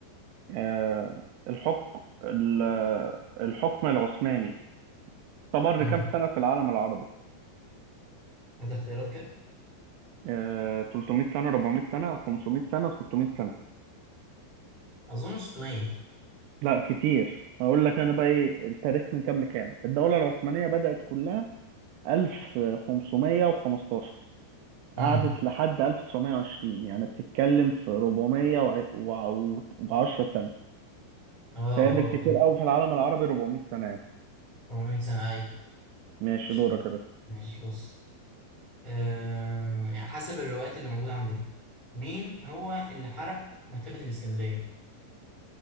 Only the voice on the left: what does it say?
امم
هات اختيارات كده
اظن 600
امم
اه اه
آه.
400 سنة ايوه إن
شاء
الله.
ماشي بص آه يعني حسب الروايات اللي موجودة عندنا مين هو اللي حرق مكتبة الإسكندرية